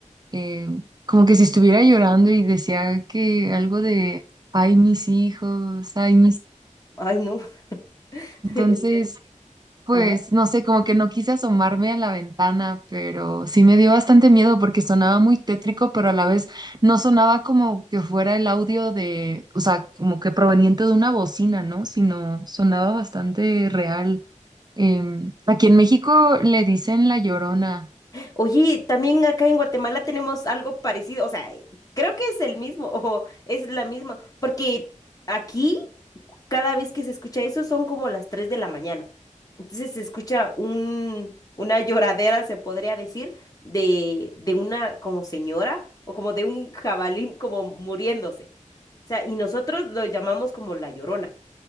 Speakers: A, on the right; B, on the left.
A: eh, como que si estuviera llorando y decía que algo de, ay mis hijos, ay mis...
B: ay no, <laughs>
A: Entonces...
B: en serio,
A: Pues
B: ajá.
A: no sé, como que no quise asomarme a la ventana, pero sí me dio bastante miedo porque sonaba muy tétrico, pero a la vez no sonaba como que fuera el audio de, o sea, como que proveniente de una bocina, ¿no? Sino sonaba bastante real. Em, aquí en México le dicen la Llorona.
B: Oye, también acá en Guatemala tenemos algo parecido, o sea, creo que es el mismo, <laughs> o es la misma, porque aquí cada vez que se escucha eso son como las 3 de la mañana. Entonces se escucha un, una lloradera, se podría decir, de, de una como señora o como de un jabalí como muriéndose. O sea, y nosotros lo llamamos como la llorona.